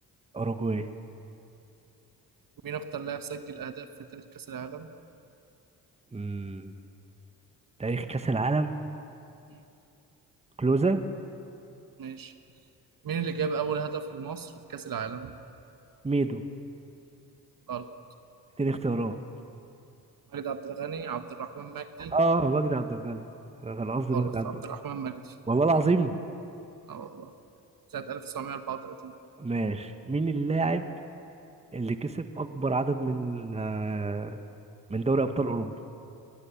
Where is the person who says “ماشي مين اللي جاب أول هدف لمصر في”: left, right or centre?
Right